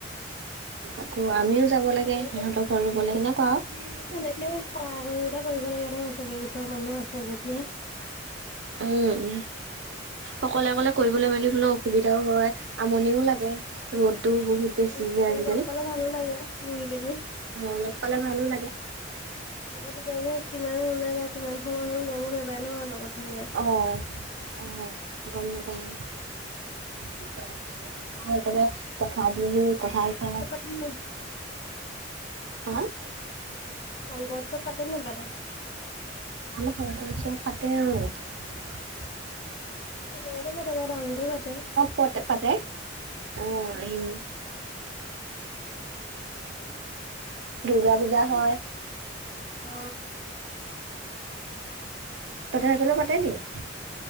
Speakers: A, on the right; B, on the left.
A: আকৌ আমিও যাব লাগে
B: অ অ
A: সিহঁতৰ ঘৰ ৰুব লাগে, এনেকুৱা আৰু
B: তেনেকে সহায় সোগিতা কৰিব লাগে ন চবে ওচৰৰ মানুহ আছে যেতিয়া।
A: উম, অকলে অকলে কৰিবলৈ মেলিবলৈ অসুবিধাও হয় আমনিও লাগে। ৰ'দটো বহুত
B: উম
A: বেছি
B: তাকে
A: যে আজিকালি।
B: লগ পালে ভালো লাগে ৰুই পিনি।
A: অ লগ পালে ভালো লাগে।
B: অ তেতিয়া মানে কিমান ওলাই আৰু কিমান সময় হ'ল গমো নাপায় ন লগত থাকিলে?
A: অ অ গম নাপায় অ। সেইকাৰণে তথাপি সি কথা ক <unintelligible>
B: উম
A: হা
B: শংকৰ উৎসৱ পাতে নেপাতে?
A: আম সন্তচা পতে <unintelligible>
B: উ আৰু মাৰে বাৰ আগ মতে <unintelligible>
A: পাতে পাতে। অ আহিম দুৰ্গা পূজা
B: সেইটোয়ে
A: হয়
B: অ
A: তহঁতৰ সেইফালে পাতে নেকি?